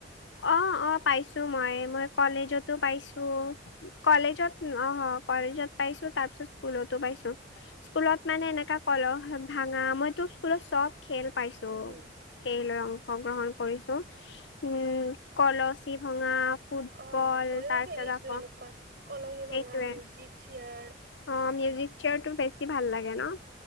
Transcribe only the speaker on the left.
অ'! অ'! পাইছোঁ মই। মই কলেজতো পাইছোঁ। কলেজত, অ'! কলেজত পাইছোঁ। তাৰপিছত, স্কুলতো পাইছোঁ। স্কুলত মানে, এনেকা কলহ ভাঙা, মইতো স্কুলত চব খেল পাইছোঁ।
সেই, লৈ অংশগ্ৰহণ কৰিছোঁ। উম! কলচী ভঙা। ফুটবল
তাৰপিছত
আকৌ
সেইটোৱে
অ মিউজিক চেয়াৰ টো বেছি ভাল লাগে ন।